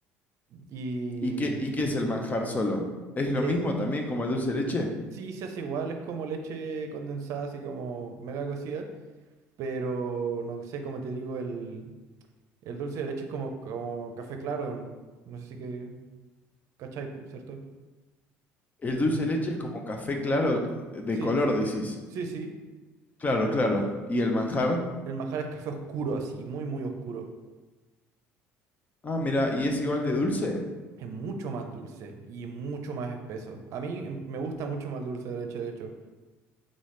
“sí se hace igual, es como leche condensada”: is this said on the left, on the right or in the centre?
Right